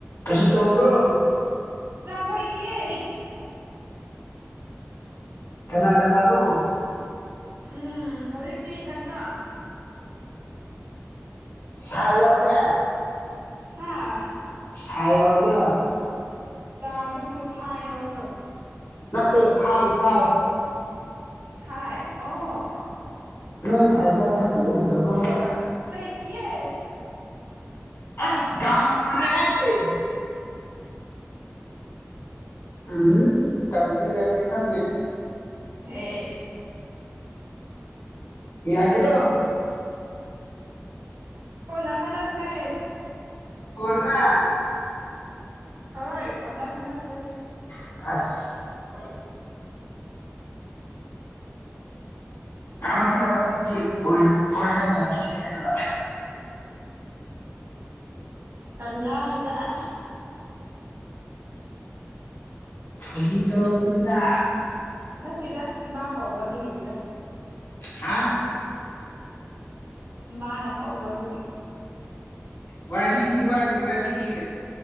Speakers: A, on the left; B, on the right.
A: ꯀꯔꯤ ꯇꯧꯕ꯭ꯔꯣ
B: ꯆꯥ ꯊꯛꯏꯌꯦ
A: ꯀꯅꯥ ꯀꯅꯥꯔꯣ
B: ꯎꯝ ꯍꯧꯖꯤꯛꯇꯤ ꯏꯊꯟꯗ
A: ꯁꯥꯏ ꯌꯥꯎꯗꯦ
B: ꯍꯥꯥ
A: ꯁꯥꯢ ꯌꯥꯎꯗꯦ
B: ꯆꯥꯗꯨꯕꯨ ꯁꯥ ꯌꯥꯎꯕ꯭ꯔꯣ
A: ꯅꯠꯇꯦ ꯁꯥꯏ ꯁꯥꯏ
B: ꯁꯥꯏ ꯑꯣ
A: ꯅꯣꯏ ꯁꯥꯏꯒ ꯊꯛꯃꯤꯟꯅꯗꯕ꯭ꯔꯣꯕ
B: ꯂꯩꯇꯤꯌꯦ
A: ꯑꯁ ꯇꯥꯡ ꯐꯔꯦ ꯍꯦ ꯎꯝꯝ ꯇꯧꯁꯤꯜꯂꯁꯤꯔ ꯈꯪꯗꯦ
B: ꯍꯦ
A: ꯌꯥꯒꯦꯔꯣ
B: ꯀꯣꯟꯅꯥ ꯈꯟꯅꯁꯦ
A: ꯀꯣꯟꯅ
B: ꯍꯣꯏ ꯀꯣꯟꯅꯥ ꯈꯟꯅꯁꯦ
A: ꯑꯁ
B: ꯍꯜꯂꯣ
A: ꯍꯧꯖꯤꯛ ꯍꯧꯖꯤꯛꯀꯤ ꯑꯣꯏꯅ ꯇꯣꯡꯁꯤ ꯍꯥꯏꯔꯒ
B: ꯇꯟꯖꯥꯁꯤꯗ ꯑꯁ
A: ꯐꯥꯒꯤ ꯇꯧꯕꯅꯤꯗ
B: ꯅꯠꯇꯦꯗ ꯏꯃꯥ ꯀꯧꯕ ꯑꯗꯨꯒꯤꯅꯤꯗ
A: ꯍꯥꯥ
B: ꯏꯃꯥꯅ ꯀꯧꯕ ꯑꯗꯨꯒꯤꯅꯤ
A: ꯋꯥꯔꯤꯒꯤ ꯋꯥꯅꯦ ꯋꯥꯔꯤꯒꯤ